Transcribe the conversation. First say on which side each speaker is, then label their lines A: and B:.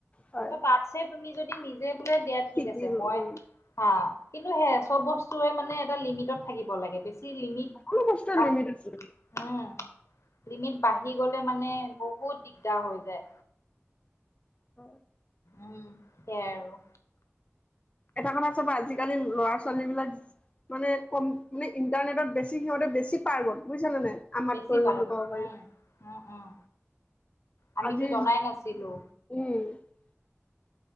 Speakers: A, on the left; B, on the left.
A: হয়
B: তাতছে তুমি যদি নি- দিয়া ঠিক
A: শিকিল
B: আছে।
A: উম
B: অ চব বস্তু অ মানে এটা লিমিটত। থাকিব লাগে। বেছি লিমিট
A: সকলো বস্তুৰে
B: বা,
A: লিমিট আছে।
B: উম। লিমিত বাঢ়ি গলে মানে বহুত দিগদাৰ হৈ যায়।
A: অ।
B: উম সেইয়াই আৰু।
A: এটা কথা চাবা আজিকালি ল'ৰা ছোৱালী বিলাক, মানে কম মানে ইণ্টাৰনেটত বেছি সিহঁতে বেছি পাৰ্গত, বুজিচানে নাই? আমাতকৈও
B: বেছি পাৰ্গত
A: বুলি ক'ব পাৰি।
B: উম উম উম। আমিতো
A: আজি
B: জনাই নাছিলো
A: উম <unintelligible>